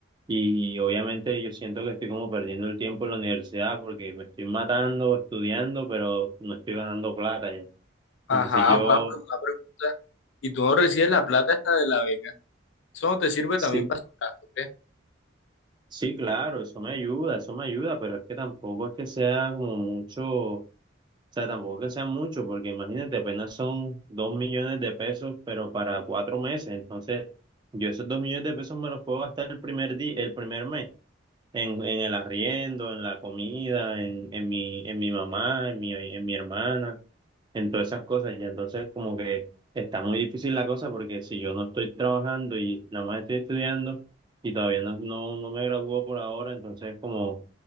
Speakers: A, on the right (about 25°); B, on the left (about 65°).
A: y obviamente yo siento que estoy como perdiendo el tiempo en la universidad porque me estoy matando estudiando, pero no estoy ganando plata ya.
B: Ajá,
A: Entonces yo...
B: Juan, pero una pregunta. ¿Y tú no recibes la plata esta de la beca? Eso no te sirve
A: sí
B: también para sus gastos.
A: Sí, claro, eso me ayuda, eso me ayuda, pero es que tampoco es que sea como mucho, o sea, tampoco es que sea mucho, porque imagínate, apenas son dos millones de pesos, pero para cuatro meses, entonces yo esos dos millones de pesos me los puedo gastar el primer día, el primer mes, en, en el arriendo, en la comida, en, en mi, en mi mamá, en mi, en mi hermana, en todas esas cosas. ya entonces como que está muy difícil la cosa porque si yo no estoy trabajando y nada más estoy estudiando y todavía no, no, no me gradúo por ahora, entonces como